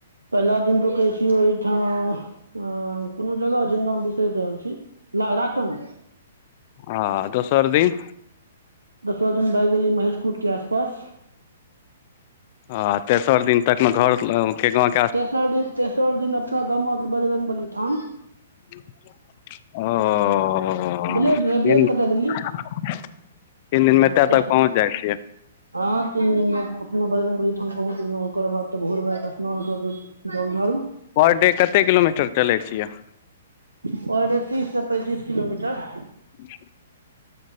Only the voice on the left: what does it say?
आ दोसर दिन?
आ तेसर दिन तक मे घर के गाँंव
ओ
तीन दिन
मे एतै
तक पहुँच जाइ छियै।
पर डे कते किलोमीटर चलै छियै?
<inaudible>